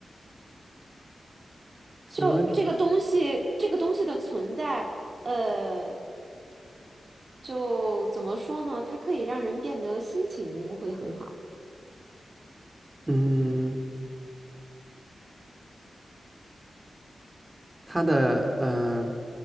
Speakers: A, on the right; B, on the right.
A: 桌子，
B: 就这个东西，这个东西的存在，呃。就怎么说呢？它可以让人变得心情会很好。
A: 嗯，它的嗯、呃